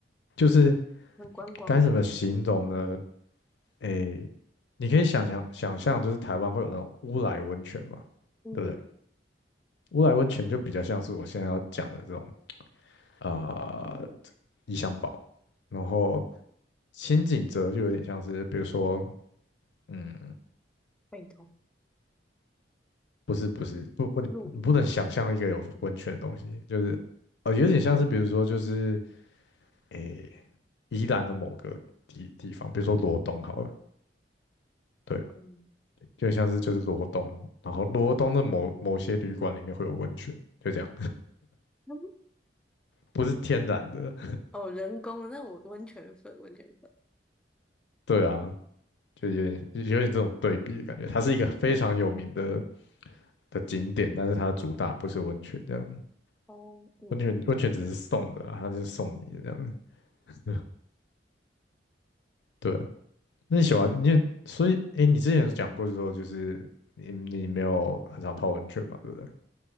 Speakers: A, on the left; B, in the centre.
A: 就是
B: 很观光
A: 该怎么形容呢？诶，你可以想象想象，就是台湾会有那种乌来温泉嘛，
B: 嗯，
A: 对不对？乌来温泉就比较像是我现在要讲的这种呃意象堡，然后新井泽就有点像是，比如说嗯。
B: 北投
A: 不是不是不不，你你不能想象一个有温泉的东西，
B: 鹿野，
A: 就是呃，有点像是比如说就是诶、宜兰的某个地地方，比如说罗东好了，对，
B: 嗯，
A: 就像是就是罗东，然后罗东的某某些旅馆里面会有温泉，就这样，
B: <laughs>
A: 不是天然的，
B: 哦，人工的那我温泉粉，温泉粉，
A: 对啊，就有点有点这种对比的感觉，它是一个非常有名的的景点，但是它主打不是温泉这样，
B: 哦，嗯，
A: 温泉温泉只是送的啊它就是送你的这样，<laughs> 对啊那你喜欢你也所以诶，你之前有讲过就说，就是你你没有很常泡温泉嘛，对不对？